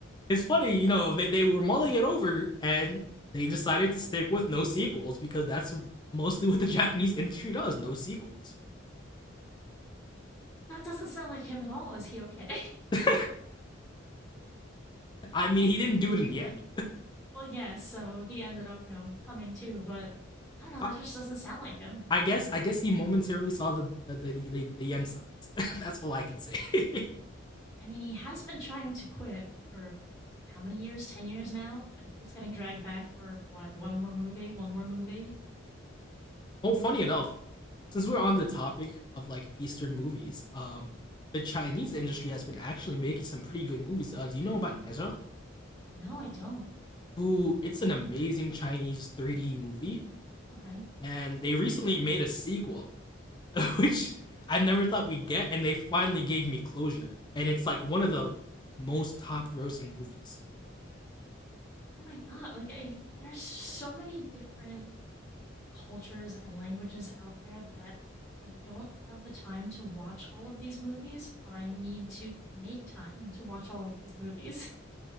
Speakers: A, on the left; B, in the centre.
A: it's funny, you know, they, they were mulling it over and they decided to stick with no sequels because that's mostly what the <laughs> Japanese industry does no sequels.
B: That doesn't sound like him at all. Is he okay?
A: <laughs> I mean, he didn't do it in the end.
B: <laughs> well, yes. so he ended up, you know, coming too, but I don't know.
A: I,
B: That just doesn't sound like him.
A: I guess I guess he momentarily saw the the, the, the, the yen signs. <laughs> that's all I can say. <laughs>
B: I mean, he has been trying to quit for how many years? 10 years now? But he keeps getting dragged back for what? One more movie? One more movie?
A: oh, funny enough, since we're on the topic of like Eastern movies, um, the Chinese industry has been actually making some pretty good movies. Uh, do you know about Nezha?
B: No, I don't.
A: who it's an amazing Chinese 3D movie,
B: Okay.
A: and they recently made a sequel, <laughs> which I never thought we'd get, and they finally gave me closure. And it's like one of the most top grossing movies.
B: Oh my god, like I there's so many different cultures and languages out there that I don't have the time to watch all of these movies, but I need to make time to watch all of these movies.